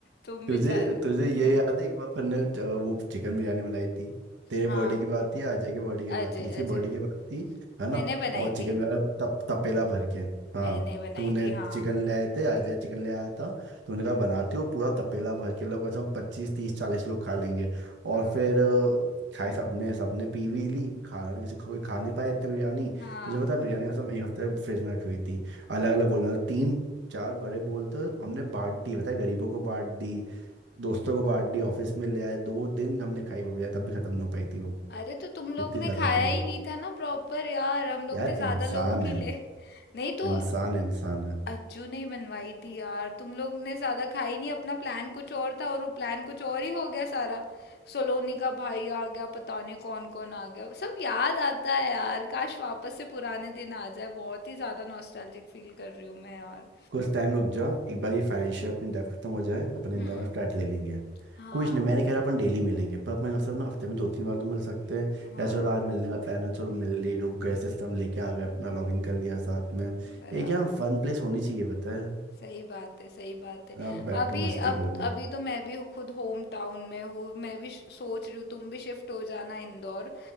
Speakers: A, on the left (about 60°); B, on the right (about 85°).
A: तुम
B: तुझे
A: बेचारे
B: तुझे ये
A: हम्म
B: याद है एक बार अपन ने अ, वो चिकन बिरयानी बनाई थी तेरे
A: हाँ
B: बर्थडे की बात थी अजय के बर्थडे की बात
A: अजय
B: थी किसी
A: अजय
B: बर्थडे की बात थी है ना
A: मैंने बनाई
B: और चिकन
A: थी
B: बिरयानी तप, तपेला भर के
A: मैंने
B: हाँ
A: बनाई
B: तूने
A: थी हाँ
B: चिकन ले आए थे अजय चिकन ले आया था तूने कहा बनाते हो पूरा तपेला भर के लोग कसम पच्चीस तीस चालीस लोग खा लेंगे
A: हाँ
B: और फिर अ, खाए सबने सबने पी भी ली खाना किसी को कोई खा नहीं पाया इतनी बिरयानी
A: हाँ
B: तुझे पता है, बिरयानी कसम एक हफ्ते फ्रिज में रखी हुई थी अलग अलग बोलना तीन चार बड़े बोलते हमने बांट दी बताया गरीबों को बांट दी दोस्तों को बांट दी ऑफिस में ले आए दो दिन हमने खाई वो भी तब भी खत्म नहीं हो पाई थी वो
A: अरे तो तुम लोग
B: इतनी
A: ने
B: ज्यादा
A: खाया
B: थी वो
A: ही नहीं था ना प्रॉपर यार हम लोग
B: यार
A: ने ज्यादा
B: इंसान
A: लोगों के
B: है
A: लिए नहीं तो
B: इंसान इंसान है
A: अज्जू ने ही बनवाई थी यार तुम लोग ने ज्यादा खाई नहीं अपना प्लान कुछ और था और वो प्लान कुछ और ही हो गया सारा सोलोनी का भाई आ गया पता नहीं कौन कौन आ गया सब याद आता है यार काश वापस से पुराने दिन आ जाए बहुत ही ज्यादा नॉस्टैल्जिक फील कर रही हूँ मैं यार
B: कुछ टाइम रुक जा एक बार ये फाइनेंशियल अपनी डेब्ट खत्म हो जाए अपने
A: हम्म
B: इंदौर में फ्लैट ले लेंगे
A: हाँ
B: कुछ नहीं मैंने कह रहा अपन डेली मिलेंगे पर अपने असल ना हफ्ते में दो तीन बार तो मिल सकते हैं
A: हाँ
B: या चलो आज मिलने का प्लान है चलो मिल लिए रुक गए सिस्टम लेके आ गए
A: हाँ,
B: अपना लॉग इन कर लिया साथ में
A: बराबर
B: एक यहाँ फन प्लेस होनी चाहिए पता है
A: सही बात है सही बात है
B: आप बैठो
A: अभी
B: मस्ती
A: अब
B: करो
A: अभी तो मैं भी खुद होम टाउन में हूँ मैं भी श- सोच रही हूँ तुम भी शिफ्ट हो जाना इंदौर